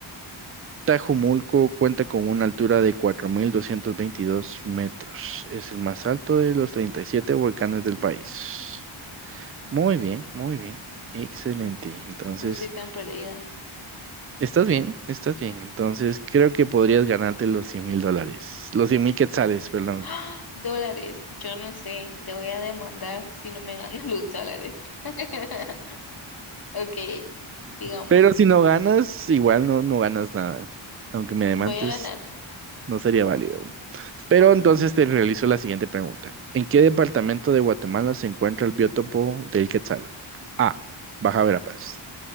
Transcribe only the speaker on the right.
Tajumulco cuenta con una altura de 4.222 metros. Es el más alto de los 37 volcanes del país. Muy bien, muy bien. Excelente. Entonces,
Estás bien, estás bien. Entonces creo que podrías ganarte los cien mil dólares, los cien mil quetzales, perdón.
Pero si no ganas, igual no, no ganas nada. Aunque me demandes,
no sería válido. Pero entonces te realizo la siguiente pregunta. ¿En qué departamento de Guatemala se encuentra el biótopo del quetzal? A. Baja Verapaz.